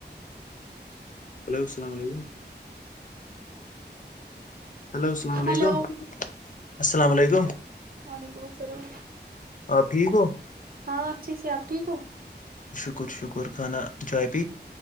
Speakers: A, on the right; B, on the left.
A: <inaudible>
B: hello السلام علیکم hello السلام علیکم
A: ہلو
B: <unintelligible> السلام علیکم <unintelligible>
A: وعلیکم السلام
B: آپ ٹھیک ہو
A: ہاں اچھی سے آپ ٹھیک ہو <unintelligible>
B: شکر شکر خانا جای <unintelligible>